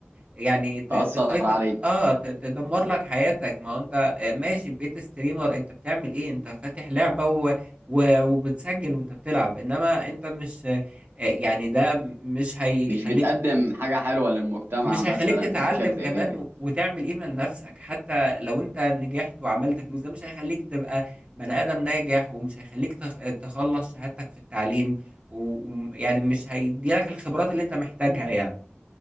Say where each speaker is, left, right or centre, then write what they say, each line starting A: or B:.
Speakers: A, on the right (about 30°); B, on the right (about 65°).
A: يعني ت...
B: <laughs> تاثر
A: تسيطر
B: عليك
A: اه ت... تدمر لك حياتك ما هو انت آه، ماشي بقيت ستريمر انت بتعمل ايه انت فاتح لعبة و... و... وبتسجل وانت بتلعب انما انت مش آه، يعني ده مش هيخليك
B: مش بتقدم حاجه حلوه للمجتمع
A: مش
B: مثلا
A: هيخلّيك تتعلّم
B: بشكل
A: كمان
B: ايجابي
A: و وتعمل قيمة لنَفْسك، حتى لو أنت نجحت وعملت فلوس، ده مش هيخلّيك تبقى بني آدم ناجح، ومش هيخلّيك تخ تخلّص شهادتك في التعليم، و وم يعني مش هيدّي لك الخبرات اللي أنت محتاجها يعني.